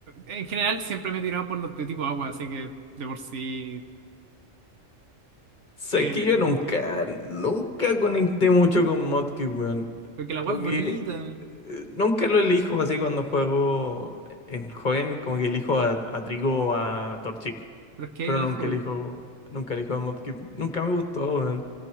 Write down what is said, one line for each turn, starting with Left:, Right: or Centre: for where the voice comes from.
Right: en general siempre me he tirado por los de tipo agua, así que de por sí.
Left: Sabes
Right: Eh,
Left: que yo
Right: no,
Left: nunca,
Right: que-
Left: nunca conecté mucho con Modkit, weón.
Right: porque el agua
Left: Como
Right: es bonita,
Left: que eh, nunca lo elijo así cuando juego en joven, como que elijo a, a Trico o a Torchic.
Right: pero es que
Left: Pero
Right: hay
Left: nunca
Right: hijos.
Left: elijo, nunca elijo a Modkit. Nunca me gustó, weón.